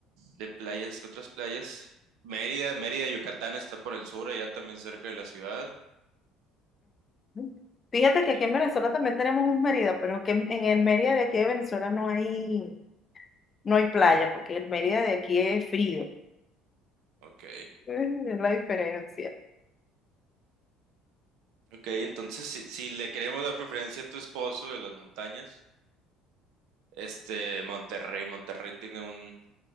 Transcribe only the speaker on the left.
Ujú. Fíjate que aquí
en Venezuela también tenemos un Mérida, pero que en en el Mérida de aquí de Venezuela no hay, no hay playa, porque el Mérida de aquí es frío.
Eh, Es la diferencia.